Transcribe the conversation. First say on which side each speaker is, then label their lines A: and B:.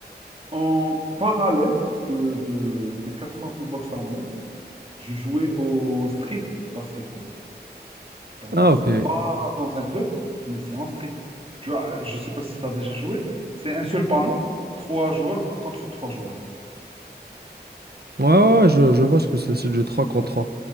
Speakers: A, on the right (about 35°); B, on the right (about 65°).
A: En parallèle de, de ces 4 ans de boxe thaïlandaise, je jouais au street basketball. C'est-à-dire,
B: Ah,
A: c'est
B: ok. Ouais,
A: pas dans un club, mais c'est en street. Tu vois, euh, je sais pas si tu as déjà joué. C'est un seul panneau, trois joueurs contre trois joueurs.
B: ouais, ouais, je, je vois ce que c'est, c'est du 3 contre trois